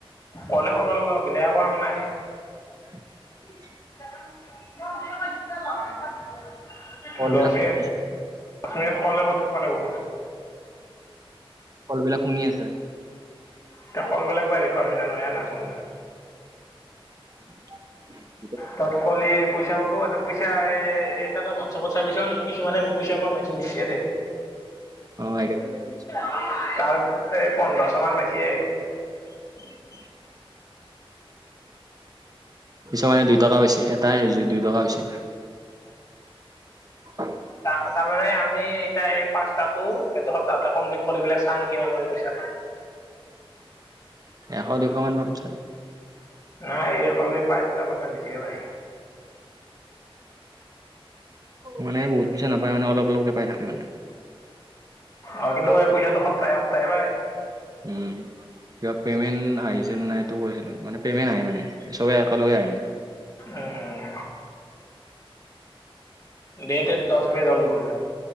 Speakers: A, on the left; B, on the right.
A: কলে কৰবা লাগিব আৰু বেলেগ একো কাম নাই৷
B: <inaudible>
A: <unintelligible>
B: কল
A: দচ
B: বিলাক শুনি
A: মিনিট কলে কত থাকিব লাগব?
B: কল বিলাক শুনি আছে৷
A: ইতা কলবিলাক বা ৰেকৰ্ড হয় না নহয় আ নাজনো৷
B: <inaudible>
A: তত কলি- পইচা পাব, এতে পইচা এ এই এতে তোৰ হোৱাটছআপত চাবিচোন কিছুমানে পইচা পোৱা মেছেজ দিছে দেই৷
B: অ' একহাজাৰ দিছে।
A: তাৰ এ পোন্ধৰশ মান পাইছে।
B: <inaudible> কিছুমানে দুই টকা পাইছে, এটাই দুই টকা পাইছে৷ <inaudible>
A: তা তাৰমানে আমি এতিয়া এই- পাঁচটাটো, এটো সপ্তাহতে কমপ্লিট কৰি পেলাই চাং কিমান মান পইচা পাওঁ৷
B: এশ দুশ মান পাম চাগে৷
A: নাই এই কৰলি পাই বোলে অলপমান বেছিকে পায়৷
B: মানে বহুত পইচা নাপায় মানে অলপ অলপ পাই থাকে মানে৷
A: অ' কিন্তু এই পইচাটো সপ্তাহে সপ্তাহে পাই।
B: উম' কিবা পেমেণ্ট আহিছে নাই এটো কৈছিলো, মানে পেমেণ্ট আহে মানে চবে একেলগে আহে মানে।
A: অঁ অঁ' দেট এন্ড টাস্ক দাল দুখন।